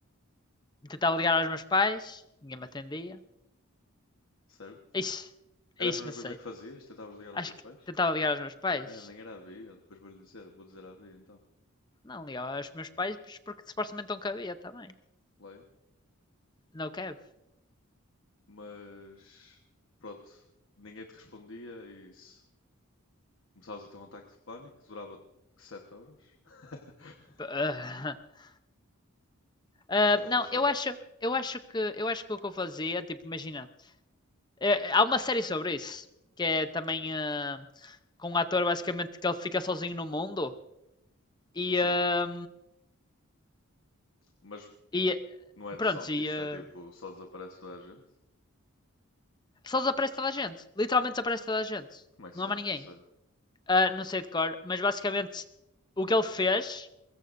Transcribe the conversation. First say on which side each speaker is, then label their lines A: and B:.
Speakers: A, on the left; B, on the left.
A: tentava ligar aos meus pais, ninguém me atendia.
B: Certo?
A: Ixi,
B: Era a
A: ixi,
B: primeira
A: não sei.
B: coisa que fazias? Tentavas ligar aos
A: Acho
B: teus
A: que
B: pais?
A: tentava ligar aos meus pais.
B: É, nem era a Bia. Depois vou-lhe dizer. Vou dizer à Bia, então.
A: Não, ligava aos meus pais pois porque supostamente não cabia também.
B: Leia.
A: Não cabe.
B: Mas. Pronto. Ninguém te respondia e isso. Começavas a ter um ataque de pânico que durava 7 horas. <laughs>
A: <laughs> Ah,
B: O Caso era lixado.
A: não, eu acho, eu acho que, eu acho que o que eu fazia, tipo, imagina, É, é, há uma série sobre isso, que é também ah, com um ator basicamente que ele fica sozinho no mundo e,
B: Sim.
A: ah,
B: Mas
A: e
B: não é de
A: pronto,
B: zombies?
A: e ah,
B: É tipo, só desaparece toda a gente?
A: só desaparece toda a gente. Literalmente desaparece toda a gente.
B: Como é que
A: Não
B: se chama
A: há mais
B: essa
A: ninguém.
B: série?
A: Ah, não sei de cor, mas basicamente o que ele fez